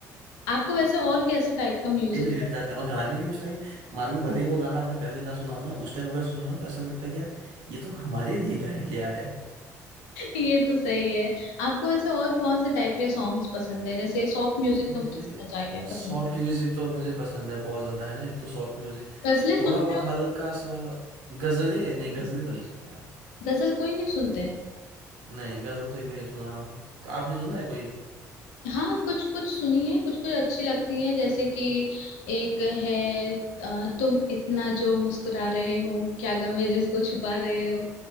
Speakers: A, on the left; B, on the right.
A: आपको वैसे और कैसे टाइप का म्यूजिक
B: भी रिलेट जाते हैं और गाने भी उस टाइम मान लो भले ही वो गाना आपने पहले ना सुना हो ना उस टाइम अगर सुनो ना तो ऐसा लगता है कि यार ये तो हमारे लिए गाया गया है
A: ये तो सही है आपको वैसे और कौन से टाइप के सॉन्ग्स पसंद है जैसे सॉफ्ट म्यूजिक
B: मुझे
A: तो मुझे समझ आ गया
B: सॉफ्ट
A: पसंद
B: म्यूजिक तो मुझे पसंद है बहुत ज्यादा है ना एक तो सॉफ्ट म्यूजिक
A: गजलें सुनते
B: थोड़ा बहुत
A: हो
B: हल्का सा गजलें नहीं गजलें तो नहीं सुनता यार
A: गजल कोई नहीं सुनते
B: नहीं गजल तो एक भी नहीं सुना आपने सुना है कोई
A: हाँ कुछ कुछ सुनी है कुछ कुछ अच्छी लगती है जैसे कि एक है अ, तुम इतना जो मुस्कुरा रहे हो क्या गम है जिसको छुपा रहे हो